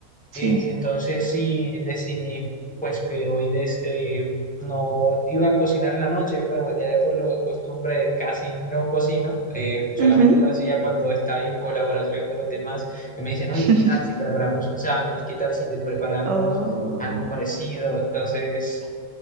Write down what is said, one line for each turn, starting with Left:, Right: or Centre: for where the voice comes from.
Right: Sí.
Centre: Eh, entonces sí decidí pues que hoy des- eh, no iba a cocinar en la noche. Bueno, ya de por lo costumbre casi no cocino. eh, solamente
Right: Ujú.
Centre: lo hacía cuando estaba en colaboración de los demás que me dicen, oye,
Right: <laughs>
Centre: ¿qué tal si preparamos un sándwich? ¿Qué tal si preparamos
Right: Oh.
Centre: algo parecido? Entonces,